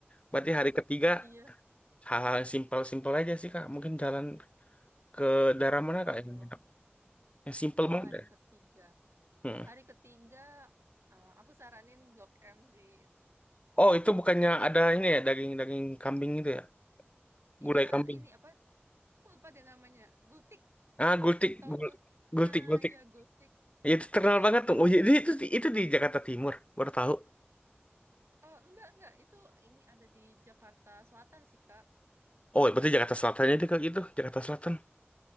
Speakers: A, on the left (about 30°); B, on the right (about 85°).
A: berarti hari ketiga
B: Iya.
A: hal-hal yang simpel-simpel aja sih kak mungkin jalan ke daerah mana
B: Kalau
A: kak yang enak yang simpel
B: kalau
A: banget
B: hari
A: deh
B: ketiga,
A: hmm.
B: hari ketiga eh, aku saranin Blok M sih.
A: oh itu bukannya ada ini ya daging-daging kambing itu ya gulai
B: Iya,
A: kambing
B: ini apa? Aku lupa deh namanya. Gultik,
A: ah gultik
B: tahu
A: gul
B: gul?
A: gultik
B: Nah,
A: gultik
B: iya Gultik.
A: Ya, itu terkenal
B: Itu
A: banget
B: porsi.
A: tuh oh iya, itu itu di Jakarta Timur baru tahu
B: Oh, enggak enggak. Itu ini ada di Jakarta Selatan sih, Kak.
A: oh ya, berarti Jakarta Selatannya itu kayak gitu Jakarta Selatan